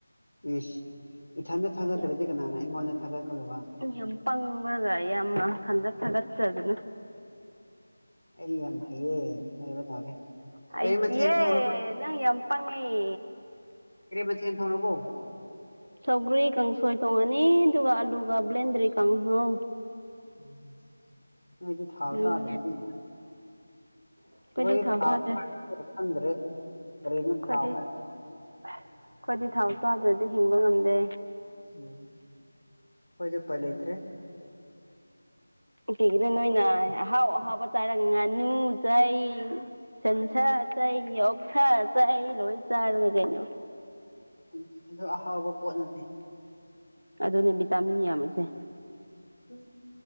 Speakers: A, on the left; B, on the right.
A: ꯏꯖ ꯏꯊꯟꯇ ꯊꯥꯒꯠꯇꯔꯥꯗꯤ
B: ꯌꯥꯝ
A: ꯀꯅꯥꯅ ꯑꯩꯉꯣꯟꯗ ꯊꯥꯒꯠꯀꯗꯨꯕ
B: ꯌꯥꯝ ꯄꯪꯉꯒ ꯌꯥꯝꯅ ꯈꯟꯖꯠ ꯊꯒꯠꯆꯖꯅꯨ
A: ꯑꯩ ꯌꯥꯝ ꯍꯩꯌꯦ ꯍꯥꯏꯕ ꯇꯥꯔꯦ
B: ꯍꯩꯇꯤꯍꯦ
A: ꯀꯔꯤ ꯃꯊꯦꯜ ꯊꯣꯡꯔꯕꯣ
B: ꯅꯪ ꯌꯥꯝ ꯄꯪꯉꯦ
A: ꯀꯔꯦ ꯃꯊꯦꯟ ꯊꫭꯡꯉꯕꯣ
B: ꯁꯧꯒ꯭ꯔꯤ ꯀꯡꯁꯣꯏ ꯊꯣꯡꯉꯅꯤ ꯑꯗꯨꯒ ꯑꯂꯨꯒ ꯕ꯭ꯂꯦꯟꯗ꯭ꯔꯤ ꯀꯥꯡꯍꯧ
A: ꯎꯝꯝ ꯅꫭꯏꯗꯤ ꯊꯥꯎ ꯆꯗꯔꯗꯤ
B: ꯎꯝ ꯑꯩꯈꯣꯏꯗꯤ
A: ꯑꯩꯈꯣꯏ ꯊꯥꯎ
B: ꯆꯥꯗ꯭ꯔꯦ
A: ꯄꯥꯛ ꯈꯪꯗ꯭ꯔꯦ ꯀꯔꯤꯅ
B: ꯑꯩꯈꯣꯏꯗꯤ
A: ꯊꯥꯎ ꯍꯥꯏꯕ
B: ꯑꯩꯈꯣꯏꯗꯤ ꯊꯥꯎ ꯆꯗ꯭ꯔꯗꯤ ꯍꯤꯡꯕ ꯉꯝꯗꯦ
A: ꯎꯝ ꯈꫭꯏꯗꯤ ꯎꯄꯥꯏꯂꯩꯇꯔꯦ
B: ꯀꯩꯒꯤꯅ ꯅꯣꯏꯅ ꯑꯍꯥꯎ ꯑꯍꯥꯎꯕ ꯆꯥꯔꯒ ꯉꯥꯅꯨ ꯆꯥꯏ ꯁꯟꯁꯥ ꯆꯥꯏ ꯑꯣꯛꯁꯥ ꯆꯥꯏ ꯂꯣꯏ ꯆꯥꯔꯒ ꯀꯩꯅꯣ
A: ꯎꯝ ꯑꯗꫭ ꯑꯍꯥꯎꯕ ꯄꯣꯠ ꯅꯠꯇꯦ
B: ꯑꯗꯨꯅꯦ ꯚꯤꯇꯥꯃꯤꯟ ꯌꯥꯝꯃꯤꯁꯦ
A: <inaudible>